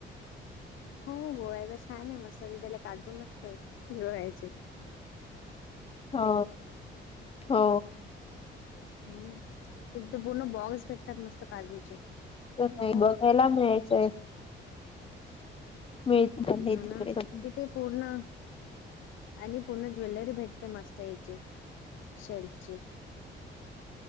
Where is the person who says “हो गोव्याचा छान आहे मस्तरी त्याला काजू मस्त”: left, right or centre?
Left